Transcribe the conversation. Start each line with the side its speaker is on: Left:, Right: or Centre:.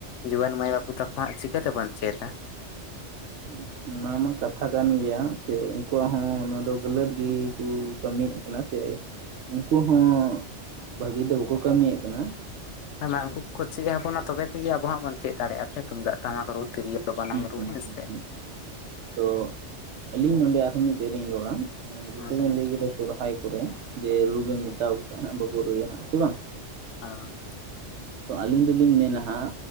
Left: ᱡᱩᱣᱟᱹᱱ ᱢᱟᱹᱭ ᱵᱟᱹᱵᱩ ᱛᱟᱠᱚ ᱦᱟᱸᱜ ᱪᱤᱠᱟᱹ ᱛᱮ ᱵᱚᱱ ᱪᱮᱫ-ᱟ ᱾
Right: <unintelligible> ᱚᱱᱟ ᱢᱟ ᱠᱟᱛᱷᱟ ᱠᱟᱱ ᱜᱮᱭᱟ ᱥᱮ ᱩᱱᱠᱩᱣᱟᱜ ᱦᱚᱸ ᱚᱱᱟ ᱫᱚ ᱜᱟᱹᱞᱟᱹᱛ ᱜᱮᱠᱚ ᱠᱟᱹᱢᱤᱭᱮᱫ ᱠᱟᱱᱟ ᱥᱮ ᱩᱱᱠᱩ ᱦᱚᱸ ᱵᱷᱟᱹᱜᱤ ᱫᱚ ᱵᱟᱠᱚ ᱠᱟᱹᱢᱤᱭᱮᱜ ᱠᱟᱱᱟ ᱾
Left: ᱦᱮᱸ ᱢᱟ ᱩᱱᱠᱩ ᱠᱚ ᱪᱮᱫ ᱟᱵᱚᱱᱟ ᱛᱚᱵᱮ ᱛᱮᱜᱮ ᱟᱵᱚᱣᱟᱜ <unintelligible> ᱪᱮᱫ ᱫᱟᱲᱮᱭᱟᱜ-ᱟ ᱥᱮ ᱛᱩᱢᱫᱟᱜ ᱴᱟᱢᱟᱠ ᱨᱩ ᱛᱤᱨᱭᱳ ᱵᱟᱱᱟᱢ ᱨᱩ
Right: ᱦᱩᱸ
Left: ᱦᱮᱸ
Right: ᱦᱩᱸ
Left: ᱥᱮ᱾
Right: ᱦᱩᱸ ᱛᱚ, ᱟᱹᱞᱤᱧ ᱱᱚᱰᱮ ᱟᱨᱦᱚᱸ ᱢᱤᱫᱴᱮᱡ ᱞᱤᱧ ᱨᱚᱲᱟ, ᱩᱸ ᱡᱮᱭᱥᱮ
Left: ᱚᱱᱟ
Right: ᱵᱤᱱ
Left: ᱞᱟᱹᱜᱤᱫ
Right: ᱞᱟᱹᱭ ᱠᱮᱫᱟ ᱥᱚᱨᱦᱟᱭ ᱠᱚᱨᱮ ᱡᱮ ᱨᱩ ᱵᱤᱱ ᱢᱮᱛᱟ ᱠᱚ ᱠᱷᱟᱡ ᱦᱟᱸᱜ ᱵᱟᱠᱚ ᱨᱩᱭᱟ ᱦᱟᱸᱜ ᱥᱮ ᱵᱟᱝ?
Left: <unintelligible>
Right: ᱛᱚ ᱟᱹᱞᱤᱧ ᱫᱚᱞᱤᱧ ᱢᱮᱱᱟ ᱦᱟᱸᱜ